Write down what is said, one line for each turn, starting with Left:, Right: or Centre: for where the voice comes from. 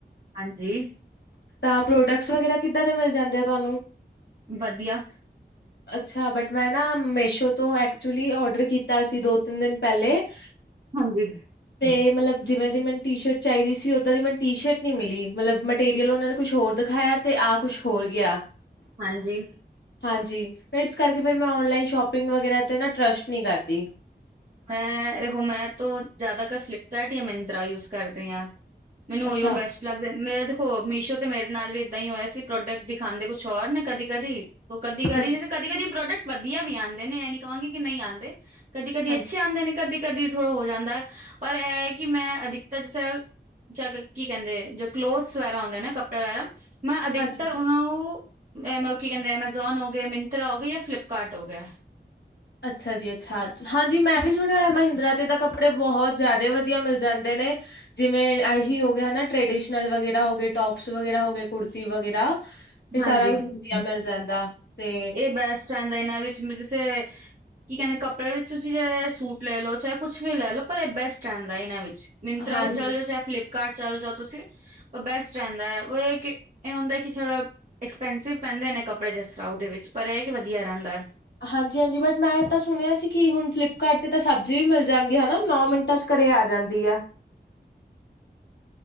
Right: ਹਾਂਜੀ।
Left: ਤਾਂ ਪ੍ਰੋਡਕਟਸ ਵਗੈਰਾ ਕਿੱਦਾਂ ਦੇ ਮਿਲ ਜਾਂਦੇ ਆ ਤੁਹਾਨੂੰ।
Right: ਵਧੀਆ।
Left: <inaudible> ਅੱਛਾ ਬਟ ਮੈਂ ਨਾ ਮੇਸ਼ੋ ਤੋਂ ਐਕਚੁਲੀ ਔਡਰ ਕੀਤਾ ਸੀ ਦੋ ਤਿੰਨ ਦਿਨ ਪਹਿਲੇ ਹ <inaudible>
Right: ਹਾਂਜੀ।
Left: ਤੇ ਮਤਲਬ ਜਿਵੇਂ ਦੀ ਮੈਨੂੰ ਟੀ ਸ਼ਰਟ ਚਾਹੀਦੀ ਸੀ, ਓਦਾਂ ਦੀ ਮੈਨੂੰ ਟੀ ਸ਼ਰਟ ਨੀ ਮਿਲੀ ਮਤਲਬ ਮਟੀਰੀਅਲ ਉਹਨਾਂ ਨੇ ਕੁਛ ਹੋਰ ਦਿਖਾਇਆ ਤੇ ਆਹ ਕੁਛ ਹੋਰ ਗਿਆ।
Right: ਹਾਂਜੀ।
Left: ਹਾਂਜੀ, ਤੇ ਇਸ ਕਰਕੇ ਫਿਰ ਮੈਂ ਓਨਲਾਈਨ ਸ਼ੋਪਿੰਗ ਵਗੈਰਾ ਤੇ ਨਾ ਟਰਾਸਟ ਨੀ ਕਰਦੀ।
Right: ਹੈ ਦੇਖੋ ਮੈਂ ਤੋਂ ਜ਼ਿਆਦਾਤਰ ਫਲਿੱਪਕਾਰਟ ਜਾਂ ਮਿੰਤਰਾ ਯੂਜ ਕਰਦੀ ਆ। ਮੈਨੂੰ
Left: ਅੱਛਾ।
Right: ਉਹੀਓ ਬੈਸਟ ਲੱਗਦੇ ਮੇਰਾ ਦੇਖੋ ਮੀਸ਼ੋ ਤੇ ਮੇਰੇ ਨਾਲ ਵੀ ਏਦਾਂ ਹੀ ਹੋਇਆ ਸੀ, ਪ੍ਰੋਡਕਟ ਦਿਖਾਉਂਦੇ ਕੁਛ ਹੋਰ ਨੇ ਕਦੀ ਕਦੀ ਤੋਂ ਕਦੀ, ਕਦੀ,
Left: ਹਾਂਜੀ,
Right: ਕਦੀ, ਕਦੀ ਪ੍ਰੋਡਕਟ ਵਧੀਆ ਵੀ ਆਦੇ ਨੇ ਇਹ ਨੀ ਕਹਾਂਗੇ ਕਿ ਨਹੀਂ ਆਦੇ ਕਦੀ ਕਦੀ।
Left: ਹਾਂਜੀ,
Right: ਪਿੱਛੇ ਆਉਂਦੇ ਨੇ ਕਦੀ ਕਦੀ ਥੋੜ੍ਹਾ ਹੋ ਜਾਂਦਾ ਐ ਪਰ ਇਹ ਕਿ ਮੈਂ ਅਧਿਕਤਾ ਜਿਸ ਚ ਕੀ ਕਹਿੰਦੇ ਜੋ ਕਲੋਥਸ ਵੈਰਾ ਹੁਂਦੇ ਨਾ ਕੱਪੜੇ ਵਗੈਰਾ ਮੈਂ ਅਧਿਕਤਰ
Left: ਹਾਂਜੀ।
Right: ਉਹਨਾਂ ਨੂੰ ਐ ਮ ਕੀ ਕਹਿੰਦੇ ਐਮਾਜ਼ੋਨ ਹੋ ਗਏ, ਮਿੰਤਰਾ ਹੋ ਗਏ ਜਾਂ ਫਲਿਪਕਾਰਟ ਹੋ ਗਏ।
Left: ਅੱਛਾ ਜੀ, ਅੱਛਾ ਹਾਂਜੀ, ਮੈਂ ਵੀ ਸੁਣਿਆ ਹੋਇਆ ਮਹਿੰਦਰਾ ਤੇ ਤਾਂ ਕੱਪੜੇ ਬਹੁਤ ਜ਼ਿਆਦਾ ਵਧੀਆ ਮਿਲ ਜਾਂਦੇ ਨੇ। ਜਿਵੇਂ ਐਹੀ ਹੋ ਗਿਆ ਨਾ ਟ੍ਰਡੀਸ਼ਨਲ ਵਗੈਰਾ ਹੋ ਗੇ ਟੋਪਸ ਵਗੈਰਾ ਹੋ ਗੇ ਕੁੜਤੀ ਵਗੈਰਾ, ਇਹ
Right: ਹਾਂਜੀ
Left: ਸਾਰਾ ਕੁਝ ਵਧੀਆ ਮਿਲ ਜਾਂਦਾ। ਤੇ
Right: ਇਹ ਬੈਸਟ ਆਂਦਾ ਇਹਨਾਂ ਵਿੱਚ <unintelligible> ਕੀ ਕਹਿੰਦੇ ਕੱਪੜੇ ਵਿੱਚ ਤੁਸੀਂ ਜੇ ਸੂਟ ਲੈ ਲਓ ਚਾਹੇ ਕੁਛ ਵੀ ਲੈ ਲਓ ਪਰ ਇਹ ਬੈਸਟ ਰਹਿੰਦਾ ਇਹਨਾਂ ਵਿੱਚ। ਮਿੰਤਰਾ
Left: ਹਾਂਜੀ।
Right: ਵਿੱਚ ਚੱਲ ਜਾਓ ਜਾਂ ਫਲਿੱਪਕਾਰਟ ਚੱਲ ਜਾਓ ਤੁਸੀਂ, ਉਹ ਬੈਸਟ ਰਹਿੰਦਾ ਏ ਉਹ ਇਹ ਕਿ ਇਹ ਹੁੰਦਾ ਕਿ ਛੜਾ, ਐਕਸਪੈਂਸਿਵ ਪੈਂਦੇ ਨੇ ਕੱਪੜੇ ਜਿਸ ਸਰਾਓ ਦੇ ਵਿੱਚ ਪਰ ਇਹ ਕਿ ਵਧੀਆ ਰਹਿੰਦਾ ਏ।
Left: ਹਾਂਜੀ-ਹਾਂਜੀ, ਬਟ ਮੈਂ ਇਹ ਤਾਂ ਸੁਣਿਆ ਸੀ ਕਿ ਹੁਣ ਫਲਿੱਪਕਾਰਟ ਤੇ ਤਾਂ ਸਬਜ਼ੀ ਵੀ ਮਿਲ ਜਾਂਦੀ ਏ ਹੈ ਨਾ ਨੌ ਮਿੰਟਾਂ ਚ। ਘਰੇ ਆ ਜਾਂਦੀ ਆ।